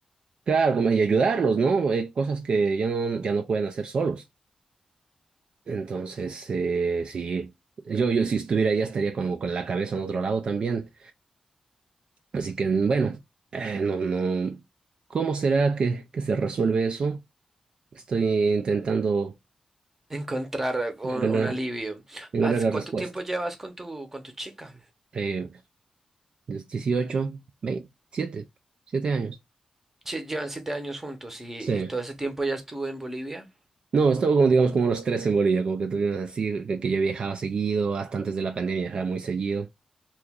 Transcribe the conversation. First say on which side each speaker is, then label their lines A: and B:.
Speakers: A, on the right; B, on the right.
A: Claro, como, y ayudarlos, ¿no? Eh, cosas que ya no, ya no pueden hacer solos. Entonces, eh, sí, yo, yo si estuviera allá estaría como con la cabeza en otro lado también. Así que, bueno, eh, no, no. ¿Cómo será que, que se resuelve eso? Estoy intentando
B: Encontrar un,
A: encontrar,
B: un alivio.
A: encontrar
B: ¿Haz-
A: la
B: ¿Cuánto
A: respuesta.
B: tiempo llevas con tu, con tu chica?
A: Eh, los 18, 27, 7 años.
B: Che, llevan siete años juntos y,
A: Sí.
B: y todo ese tiempo ya estuvo en Bolivia.
A: No, estuve como, digamos, como unos tres en Bolivia, como que tuvimos así, que, que yo viajaba seguido, hasta antes de la pandemia viajaba muy seguido.